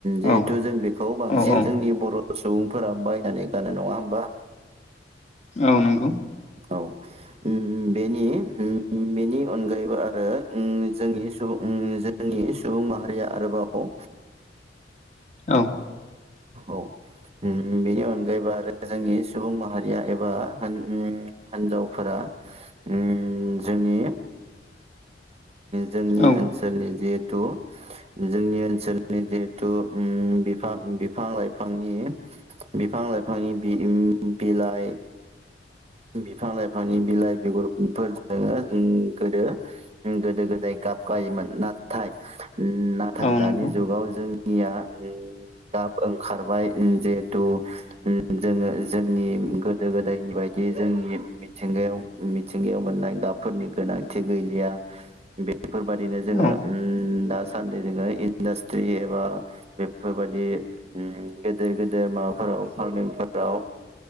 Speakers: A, on the right; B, on the left.
A: जिहेथु
B: औ
A: जों बेखौ बांसिन
B: औ औ
A: जोंनि बर' सुबुंफोरा बायनानै गानो नङा होमबा
B: औ नंगौ
A: औ ओम बेनि बेनि अनगायैबो आरो ओम जोंनि सुबुं जोंनि सुबुं माहारिया आरोबाव
B: औ
A: औ बेनि अनगायैबो आरो जोंनि सुबुं माहारिया एबा हिन्जावफोरा ओम जोंनि जोंनि
B: औ
A: ओनसोलनि जे जोंनि ओनसोलनि जिहेथु ओम बिफां बिफां लाइफांनि बिफां लाइफांनि बि-बिलाइ बिफां लाइफांनि बिलाइ बिगुरफोरजों गोदो गोदो गोदाय गाबगायोमोन नाथाय नाथाय
B: औ
A: दानि
B: नंगौ
A: जुगाव जों निया गाब ओंखारबाय जिहेथु जोङो जोंनि गोदो गोदायनि बाय दि जोंनि मिथिंगायाव मिथिंगायाव मोननाय गाबफोरनि गोनांथि गैलिया बे बेफोरबायाददिनो जोङो
B: औ
A: दा दासान्दि जोङो इन्डास्ट्रि एबा बेफोरबादि गेदेर गेदेर माबाफोराव फार्मिंफोराव